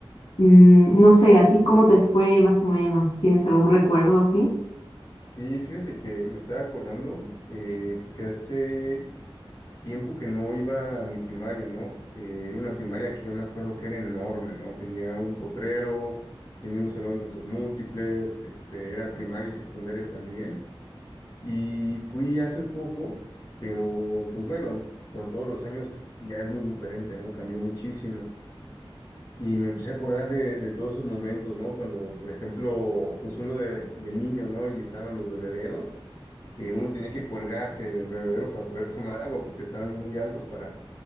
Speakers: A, on the left; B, on the left.
A: Mm, no sé, ¿a ti cómo te fue más o menos? ¿Tienes algún recuerdo así?
B: Y fíjate que me estaba acordando, eh, porque hace tiempo que no iba a mi primaria, ¿no? Eh, era una primaria que yo me acuerdo que era enorme, ¿no? Tenía un potrero, tenía un salón de usos múltiples, este, era primaria y secundaria también. Y fui hace poco, pero pues bueno, con todos los años ya es muy diferente, ¿no? Cambió muchísimo. Y me empecé a acordar de, de todos esos momentos, ¿no? Cuando, por ejemplo, pues uno de, de niño, ¿no? Y estaban los bebederos, que uno tenía que colgarse del bebedero para poder tomar agua, porque estaban muy altos para,